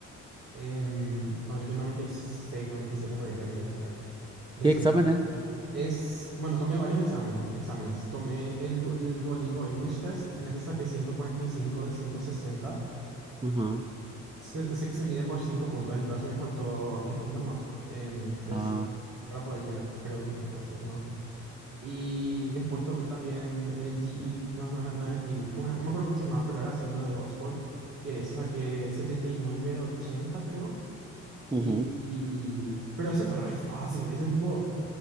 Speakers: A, on the right; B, on the right.
A: em, ponele que 96, 97 por ahí era que llegué a sacar. De
B: ¿Qué
A: 100.
B: examen es?
A: Es, bueno, tomé varios examen, exámenes. Tomé el, Du- el Duolingo English Test, en ese saqué 145 de 160.
B: Ajá.
A: Sé, sé que se mide por 5 puntos, entonces me faltó 3 puntos nomás. Em, tres
B: Ah,
A: para poder llegar, creo que 3, sí, uno 2, 3. Y después tomé también el GE, no, no, era- no era G E D ¿cómo era? No me acuerdo cómo se llamaba, pero era así uno de Oxford, que eso saqué 79 de 80, creo.
B: ujú,
A: Y, y- pero ese fue re fácil, ese tipo,